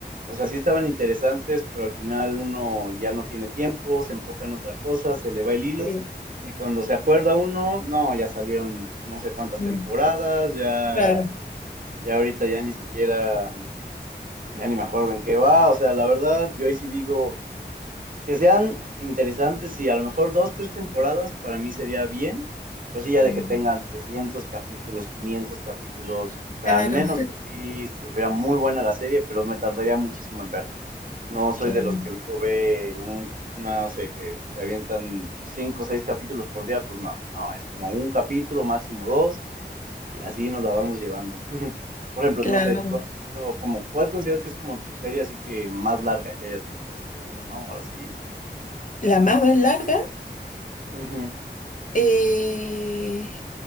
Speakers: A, on the right; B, on the left.
A: o sea, sí estaban interesantes, pero al final uno ya no tiene tiempo, se enfoca en otra cosa, se le va el hilo,
B: Sí,
A: y cuando se acuerda uno, no, ya salieron no sé cuántas
B: mm,
A: temporadas, ya,
B: claro,
A: ya ahorita ya ni siquiera, ya ni me acuerdo en qué va, o sea, la verdad, yo ahí sí digo, que sean interesantes, sí, a lo mejor dos, tres temporadas para mí sería bien, pero sí ya
B: mm,
A: de que tengan 300 capítulos, 500 capítulos, o sea,
B: Claro.
A: al menos que sí estuviera muy buena la serie, pero me tardaría muchísimo en verla. No soy
B: <laughs> claro,
A: de los que luego ve un, no sé, que se avientan cinco o seis capítulos por día, pues no, no, es como un capítulo, máximo dos, y así nos la vamos llevando. <laughs> Por ejemplo,
B: claro.
A: no sé, tú has visto como, ¿cuál consideras que es como tu serie así que más larga que hayas visto? Así que digas, no, ahora sí,
B: La más larga
A: Ujú.
B: Eh,